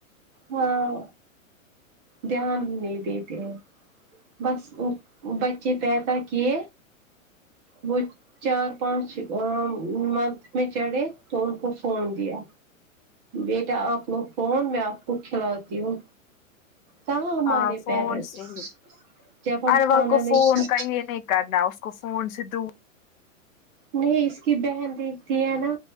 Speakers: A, on the right; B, on the left.
A: ہاں دھیان نہیں دیتی ہوں بس بچے پیدا کیے وہیچ چار پانچ منتھ میں چڑھے تو ان کو فون دیا بیٹا آپ لوگ فون میں آپ کو کھلاتی ہوں کہاں ہمارے
B: ہاں فون
A: پیرنٹس
B: سے ہی
A: جب ہم
B: اروول
A: کھانا
B: کو
A: نہیں
B: فون
A: کھا
B: کا یہ نہیں کرنا اس کو فون سے دور
A: نہیں اس کی بہن دیکھتی ہے نا